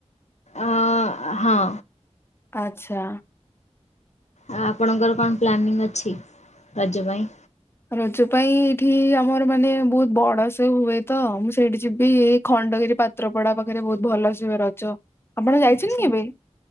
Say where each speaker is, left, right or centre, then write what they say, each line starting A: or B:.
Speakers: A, on the left (about 70°); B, on the left (about 20°).
A: ଅଁ ହଁ।
B: ଆଛା।
A: ଆଉ ଆପଣଙ୍କର କଣ ପ୍ଲାନିଂ ଅଛି ରଜ ପାଇଁ?
B: ରଜ ପାଇଁ ଏଇଠି ଆମର ମାନେ ବହୁତ ବଡ଼ ସେ ହୁଏ ତ, ମୁଁ ସେଇଠି ଯିବି, ଏଇ ଖଣ୍ଡଗିରି ପା ତ୍ରପଡା ପାଖରେ ବହୁତ୍ ଭଲସେ ହୁଏ ରଜ, ଆପଣ
A: ଆଚ୍ଛା।
B: ଯାଇଚନ୍ତି କେବେ?